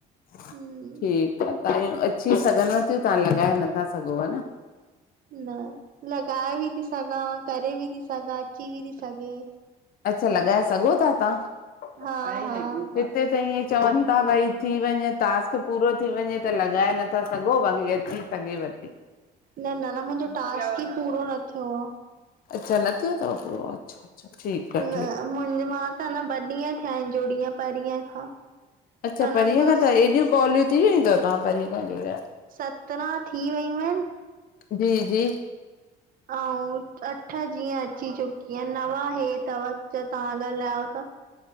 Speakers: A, on the left; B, on the right.
A: ठीक
B: हम्म
A: आ अची सघन थियूं तव्हां लॻाए नथा सघो हा न
B: न लॻाए बि थी सघां करे बि थी सघां अची बि थी सघे
A: अच्छा लॻाए सघो था तव्हां
B: हा हा
A: हिते त ईअ चवन ता भई थी वंञे टास्क पूरो थी वंञे त लॻाए नथा सघो बाक़ी अची सघेव ती।
B: न न न, मुंहिंजो टास्क ई पूरो न थियो आ।
A: अच्छा न थियो थव पूरो, अचछा! अा ठीकु आहे <inaudible>
B: न
A: आहे
B: मुंजी, मा त न ॿ ॾींहं थिया आहिन जुड़ी आं परींह खां।
A: अच्छा
B: अञा
A: परीह
B: कुल
A: खां, त हेएॾियूं कॉलियूं थी वयूं अथव तहां परीह खां जुड़िया
B: सत्रहं थी वयूं आहिन
A: जी जी
B: ऐं अठ जीअं अची चुकी आहे, नव हे थव, जो तव्हां ॻाल्हायो था।